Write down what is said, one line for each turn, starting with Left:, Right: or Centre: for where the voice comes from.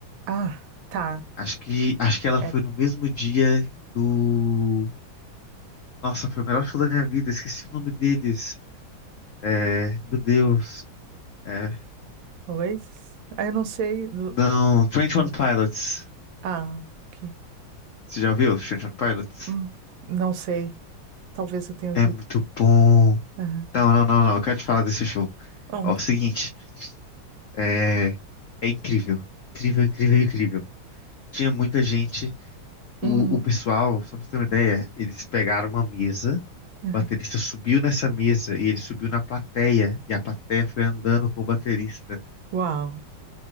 Right: Ah, tá.
Left: Acho que, acho que ela
Right: Era.
Left: foi no mesmo dia do. Nossa, foi o melhor show da minha vida, esqueci o nome deles. É, meu Deus. É,
Right: talvez. Ah, eu não sei. do-
Left: não, twenty
Right: hum.
Left: One Pilots.
Right: Ah, que.
Left: Você já ouviu twenty One Pilots?
Right: hum, Não sei. Talvez eu tenha ouvido.
Left: É muito bom.
Right: Aham.
Left: Não, não, não, não, eu quero te falar desse show.
Right: Hum.
Left: Ó, o seguinte, é, é incrível. Incrível, incrível, incrível. Tinha muita gente.
Right: Hum,
Left: O, o pessoal, só pra você ter uma ideia, eles pegaram uma mesa.
Right: aham.
Left: O baterista subiu nessa mesa e ele subiu na plateia e a plateia foi andando com o baterista.
Right: Uau.